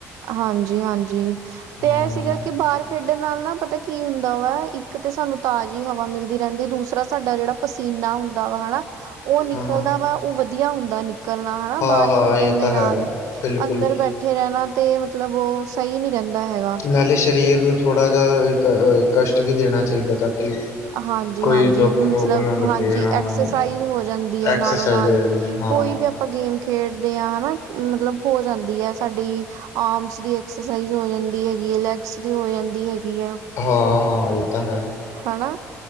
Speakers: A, on the right; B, on the left.
A: ਹਾਂਜੀ- ਹਾਂਜੀ
B: ਹਾਂ,
A: ਤੇ ਇਹ ਸੀਗਾ ਕਿ ਬਾਹਰ ਖੇਡਣ ਨਾਲ ਨਾ ਪਤਾ ਕੀ ਹੁੰਦਾ ਵਾ, ਇੱਕ ਤੇ ਸਾਨੂੰ ਤਾਜੀ ਹਵਾ ਮਿਲਦੀ ਰੈਂਦੀ, ਦੂਸਰਾ ਸਾਡਾ ਜੇੜਾ ਪਸੀਨਾ ਹੁੰਦਾ ਵਾ ਹਨਾ, ਉਹ ਨਿਕਲਦਾ
B: ਹਾਂ, ਹਾਂ,
A: ਵਾ ਉਹ ਵਧੀਆ ਹੁੰਦਾ। ਨਿਕਲਣਾ ਹਨਾ,
B: ਹਾਂ,
A: ਬਾਹਰ
B: ਹਾਂ
A: ਖੇਡਣ
B: ਇਹ
A: ਦੇ
B: ਤਾਂ
A: ਨਾਲ
B: ਹੈ ਬਿਲਕੁਲ
A: ਅੰਦਰ ਬੈਠੇ ਰਹਿਣਾ, ਤੇ ਮਤਲਬ ਓ ਸਹੀ ਨੀ ਰੈਂਦਾ ਹੈਗਾ।
B: ਨਾਲੇ ਸਰੀਰ ਨੂੰ ਥੋੜ੍ਹਾ ਜਿਹਾ ਕਸ਼ਟ ਵੀ ਦੇਣਾ ਚਾਹੀਦਾ ਤਾਂ ਕਿ
A: ਹਾਂਜੀ-
B: ਕੋਈ
A: ਹਾਂਜੀ
B: ਦੁੱਖ
A: ਮਤਲਬ
B: ਰੋਗ ਨਾ ਲੱਗੇ
A: ਹਾਂਜੀ
B: ਹਾਂ
A: ਐਕਸਸਾਈਜ਼ ਹੋ ਜਾਂਦੀ ਏ
B: ਐਕਸਰਸਾਈਜ਼
A: ਨਾਲੋਂ-ਨਾਲ
B: ਹੋ ਜਾਂਦੀ ਹਾਂ
A: ਕੋਈ ਵੀ ਆਪਾਂ ਗੇਮ ਖੇਡਦੇ ਆਂ ਹਨਾ। ਮਤਲਬ ਹੋ ਜਾਂਦੀ ਐ, ਸਾਡੀ ਆਰਮਸ ਦੀ ਐਕਸਰਸਾਈਜ਼ ਹੋ ਜਾਂਦੀ ਐ ਹੈਗੀ, ਲੈਗ ਸ ਦੀ ਹੋ ਜਾਂਦੀ ਹੈਗੀ ਆ।
B: ਹਾਂ -ਹਾਂ ਇਹ ਤਾਂ ਹੈ।
A: ਹਨਾ,